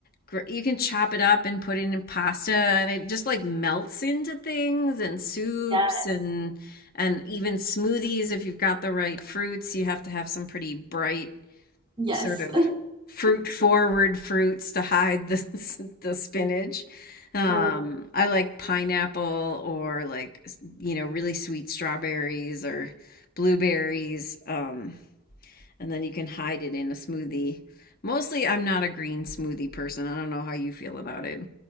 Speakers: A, on the left; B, on the right.
A: gr- you can chop it up and put it in pasta, and it just like melts into things and soups
B: Yes.
A: and and even smoothies if you've got the right fruits. You have to have some pretty bright
B: Yes.
A: sort of fruit forward fruits to hide the <laughs> the spinach. Um,
B: <laughs>
A: I like pineapple or like you know really sweet strawberries or blueberries. Um and then you can hide it in a smoothie. Mostly, I'm not a green smoothie person. I don't know how you feel about it.